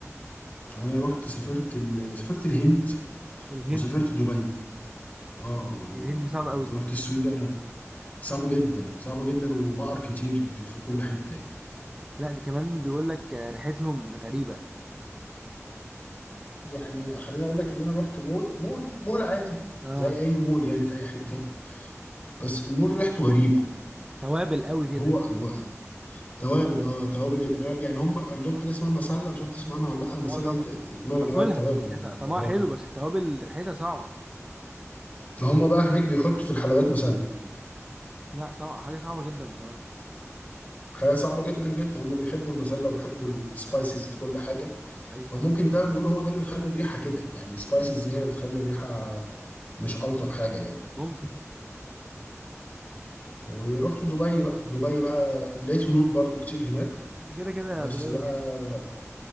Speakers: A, on the left (about 35°); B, on the right (about 15°).
A: انا رحت سافرت ال... سافرت الهند
B: الهند
A: وسافرت دبي اه آه.
B: الهند دي صعبة
A: انت
B: قوي دي
A: رحت السويد بقى انا صعبة جدا صعبة جدا وبقر كتير في كل حتة يعني
B: لا دي كمان بيقول لك آه، ريحتهم ده غريبة
A: يعني خليني اقول لك ان انا رحت مول مول مول عادي
B: اه
A: زي اي مول يعني في اي حتة بس المول ريحته غريبة
B: توابل قوي كده
A: هو هو توابل اه توابل جدا أنا- يعني هم عندهم حاجة اسمها مسلة مش عارف تسمع عنها ولا لا المسلة
B: اه طبعا
A: دي ت- ت- نوع
B: باكلها
A: من انواع التوابل
B: بس
A: يعني
B: هي طعمها
A: بهارات
B: حلو بس التوابل ريحتها صعبة
A: هم بقى هناك بيحطوا في الحلويات مسلة
B: لا طبعا حاجة صعبة جدا بصراحة
A: حاجة صعبة جدا جدا هم بيحبوا المسلة وبيحبوا السبايسز
B: آه.
A: في كل حاجة
B: أي
A: فممكن ده بيقول هو ده اللي بيخلي الريحه كده يعني السبايسز دي هي اللي بتخلي الريحه مش الطف حاجه يعني
B: ممكن
A: ورحت دبي بقى دبي بقى لقيت هنود برضو كتير هناك
B: <laughs> كده كده
A: بس
B: دبي
A: بقى
B: مليانة